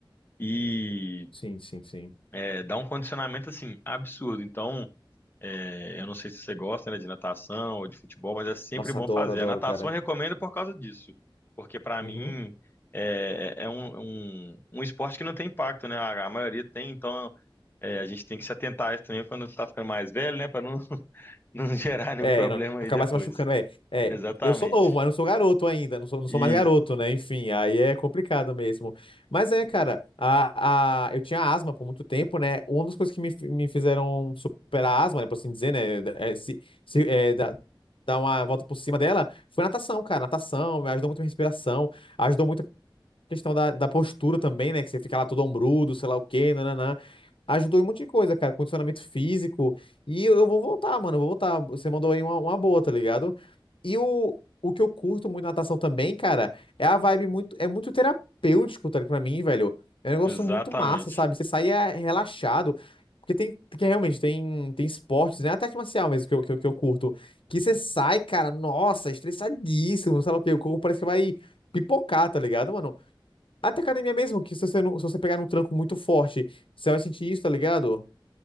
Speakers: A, on the left (about 25°); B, on the left (about 75°).
A: e
B: Sim, sim, sim.
A: é, dá um condicionamento assim absurdo. Então, é, eu não sei se você gosta, né, de natação ou de futebol, mas é sempre
B: Nossa,
A: bom
B: adoro,
A: fazer.
B: adoro,
A: A natação
B: cara.
A: eu recomendo por causa disso, porque para
B: Uhum.
A: mim é, é um, um, um esporte que não tem impacto, né? A, a maioria tem, então é, a gente tem que se atentar a isso também quando está ficando mais velho, né, para não, <laughs> não gerar nenhum
B: É,
A: problema
B: não acabar
A: aí depois.
B: se machucando. É, é.
A: Exatamente.
B: Eu sou novo, mas não sou garoto ainda. Não sou, não
A: Isso,
B: sou mais garoto, né? Enfim, aí é complicado mesmo. Mas é, cara, a, a, eu tinha asma por muito tempo, né? Uma das coisas que me, me fizeram superar a asma, né? Por assim dizer, né? É, se, se, é, da- dar uma volta por cima dela, foi natação, cara. Natação me ajudou muito a respiração, ajudou muito a questão da, da postura também, né? Que você fica lá todo ombrudo, sei lá o quê, nananã. Ajudou em um monte de coisa, cara. Condicionamento físico. E eu, eu vou voltar, mano. Eu vou voltar. Você mandou aí uma, uma boa, tá ligado? E o, o que eu curto muito na natação também, cara, é a vibe muito, é muito terapêutico, tá ligado? Pra mim, velho. É um negócio
A: exatamente.
B: muito massa, sabe? Você sai é, relaxado. Porque tem, porque realmente tem, tem esportes, né? Até arte marcial mesmo, que eu, que eu, que eu curto. Que você sai, cara, nossa, estressadíssimo, sei lá o quê. O corpo parece que vai pipocar, tá ligado, mano? Até academia mesmo, que se você, não, se você pegar num tranco muito forte, você vai sentir isso, tá ligado?